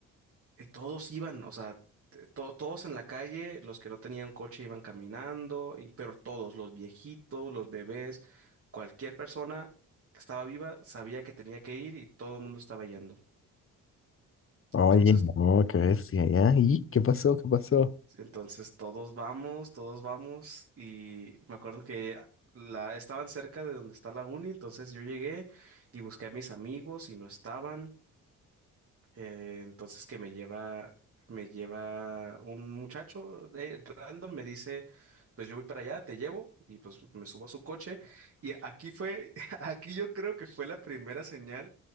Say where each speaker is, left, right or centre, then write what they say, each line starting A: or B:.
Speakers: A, on the right (about 40°); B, on the left (about 40°).
A: eh, todos iban, o sea, t- to- todos en la calle, los que no tenían coche iban caminando, y- pero todos, los viejitos, los bebés, cualquier persona que estaba viva sabía que tenía que ir y todo el mundo estaba yendo.
B: Oye,
A: Entonces,
B: no, qué bestia, ¿ya? ¿Y qué pasó? ¿Qué pasó?
A: entonces todos vamos, todos vamos y me acuerdo que la estaban cerca de donde está la uni, entonces yo llegué y busqué a mis amigos y no estaban. Eh, entonces que me lleva, me lleva un muchacho eh, random, me dice, pues yo voy para allá, te llevo, y pues me subo a su coche. Y aquí fue, <laughs> aquí yo creo que fue la primera señal